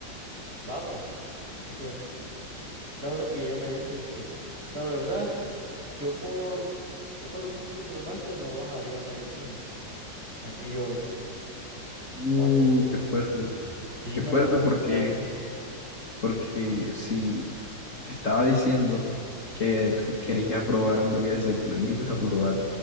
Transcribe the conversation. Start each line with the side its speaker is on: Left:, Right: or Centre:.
Right: vamos. Y, que, la ve- y ella me dice, es que, la verdad, yo por, yo por un Burger Master no bajaría a Medellín. No, y yo,
Left: Uh,
Right: ¿cómo así? O sea,
Left: qué fuerte.
Right: sí,
Left: Qué
Right: me
Left: fuerte
Right: bajo.
Left: porque,
Right: eh,
Left: porque si te estaba diciendo que <laughs> quería probar hamburguesa y tú la invitas a probar